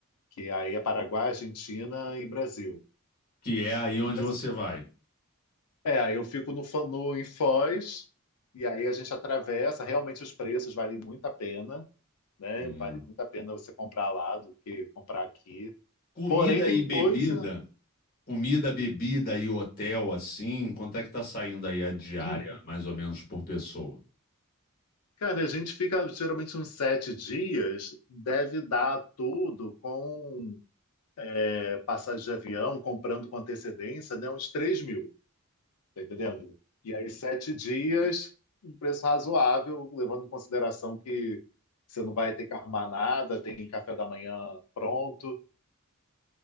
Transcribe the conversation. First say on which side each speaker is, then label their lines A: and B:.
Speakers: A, on the left; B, on the left.
A: Que aí é Paraguai, Argentina e Brasil.
B: que é aí onde
A: Mas
B: você vai.
A: É, aí eu fico no, Fo- no, em Foz, e aí a gente atravessa. Realmente os preços valem muito a pena, né?
B: Hum.
A: Vale muito a pena você comprar lá do que comprar aqui.
B: Comida
A: Porém, tem
B: e bebida.
A: coisa.
B: Comida, bebida e hotel, assim. Quanto é que tá saindo aí a diária,
A: <clears throat>
B: mais ou menos, por pessoa?
A: Cara, a gente fica geralmente uns sete dias, deve dar tudo com é, passagem de avião, comprando com antecedência, né? Uns 3 mil. Tá entendendo? E aí, sete dias, um preço razoável, levando em consideração que você não vai ter que arrumar nada, tem café da manhã pronto